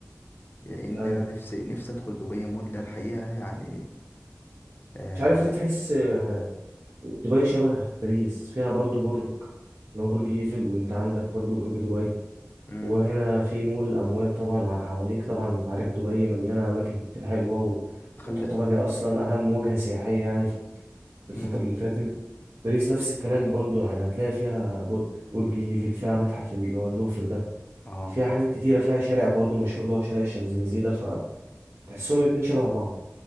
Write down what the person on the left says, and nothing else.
لان
انا نفسي نفسي ادخل دبي مول ده الحقيقه يعني آه
امم
خل
امم
اه